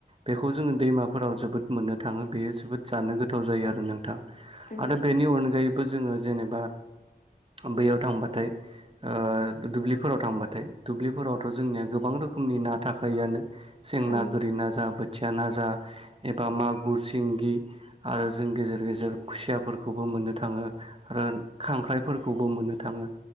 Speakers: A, on the right; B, on the left.
A: बेखौ जोङो दैमाफोराव जोबोद मोननो थाङो बेयो जोबोद जानो गोथाव जायो आरो नोंथां
B: उम
A: आरो बेनि अनगायैबो जोङो जेनेबा बैयाव थांबाथाय ओ दुब्लिफोराव थांबाथाय दुब्लिफोरावथ' जोंनिया गोबां रो रोखोमनि ना थाखायो आनो सेंना
B: औ उम औ
A: गोरि ना जा बोथिया ना जा एबा मागुर सिंगि आरो जों गेजेर गेजेर खुसियाफोरखौबो मोननो थाङो आरो खांख्राइफोरखौबो मोननो थाङो